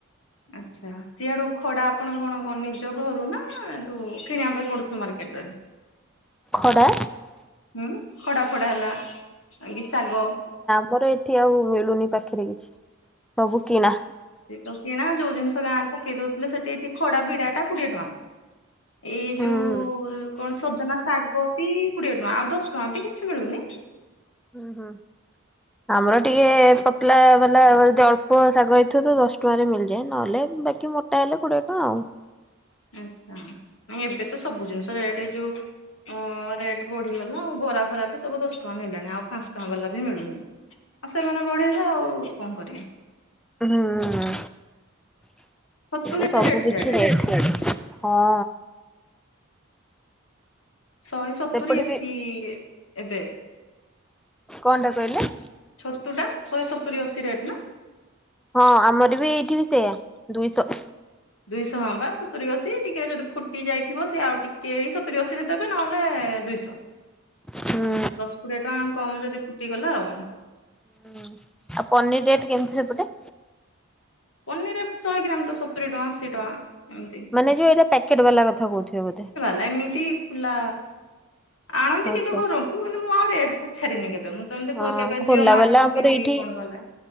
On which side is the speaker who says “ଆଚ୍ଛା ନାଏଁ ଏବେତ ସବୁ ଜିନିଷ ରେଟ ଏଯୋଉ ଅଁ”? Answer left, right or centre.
Left